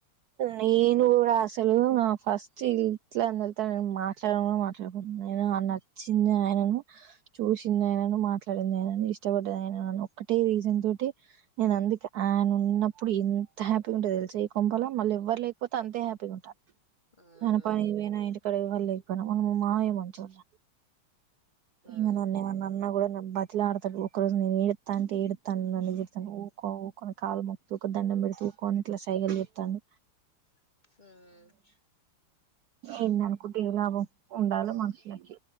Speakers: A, on the right (about 75°); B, on the left (about 20°).
A: నేను కూడా అసలు నా ఫస్ట్ ఇట్ల అందరితో నేను మాట్లాడ మాట్లాడుకుంటున్నా నచ్చింది ఆయనను చూసింది ఆయనను మాట్లాడింది ఆయనను ఇష్టపడ్డది ఆయన ఒక్క రీజన్ తో నేను అందుకే ఆయన ఉన్నప్పుడు ఎంత హ్యాపీగా ఉంటో తెలిసే కుంపల మళ్ళీ ఎవ్వరు లేకపోతే అంతే హ్యాపీగా ఉంటారు
B: ఉమ్
A: ఆయన పని పోయినా ఇంటికడ వాళ ఇన మాయమ చూడలే
B: ఉమ్
A: ఇవ నాన్న మ అన్న కూడా నమ్బద్ ఇట్లా ఆడతడు ఒక రోజు నేనుడుడతాంటే ఏడుాను నన్నుడాను ఊక్క కాలు మొక్తతి ఒక దండం పెడుత కోట్ల సైగలి ఇతాను
B: ఉమ్
A: ఎను కుటి లాభం ఉండాల మనుషులికి